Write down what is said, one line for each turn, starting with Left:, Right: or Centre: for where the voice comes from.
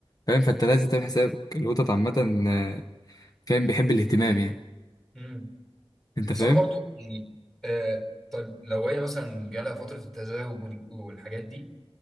Left: فاهم فانت لازم تعمل حسابك القطط عامه آه، كان بيحب الاهتمام يعني
Centre: امم
Left: انت
Centre: بس
Left: فاهم
Centre: انا برضو يعني آه طيب لو هي مثلا جالها فتره التزاوج وال- والحاجات دي